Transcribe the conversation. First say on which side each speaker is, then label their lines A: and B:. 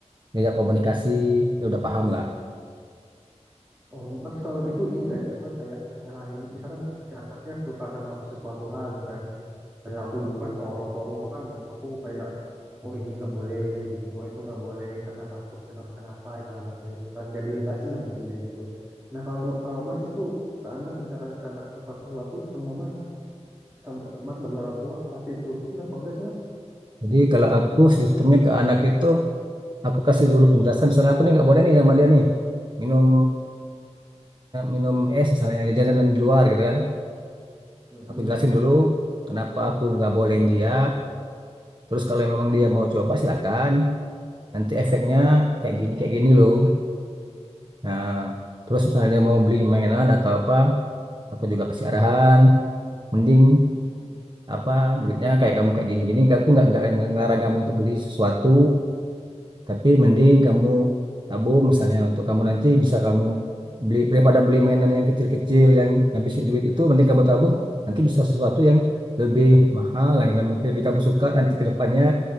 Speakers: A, on the right; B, on the right.
A: diajak komunikasi ya udah paham lah
B: Oh, mas kalau gitu ini nggak sih mas kayak ngarahin, misalkan si anaknya suka sama sesuatu hal nih kan, kayak aku dulu kan sama orang tua aku kan, aku kayak mau ini nggak boleh gitu, mau itu nggak boleh karena takut kenapa kenapa itu anaknya gitu kan, nggak dibebasin lah intinya gitu. Nah kalau kalau mas itu ke anak misalkan si anak suka sesuatu, semua mas, sam- mas sebagai orang tua pasti turutin apa enggak sih mas?
A: jadi kalau aku sistemnya ke anak itu aku kasih dulu penjelasan misalnya aku nih nggak boleh nih sama dia nih minum minum es misalnya yang jajanan di luar gitu kan
B: Mm-mm.
A: aku jelasin dulu kenapa aku nggak bolehin dia terus kalau memang dia mau coba silakan nanti efeknya kayak gini kayak gini loh Nah, terus misalnya dia mau beli mainan atau apa, aku juga kasih arahan. Mending apa duitnya kayak kamu kayak gini-gini. Aku nggak nggak ngarang kamu untuk beli sesuatu, tapi mending kamu tabung misalnya untuk kamu nanti bisa kamu beli daripada beli mainan yang kecil-kecil yang ngabisin duit itu, mending kamu tabung nanti bisa sesuatu yang lebih mahal, yang lebih kamu suka nanti ke depannya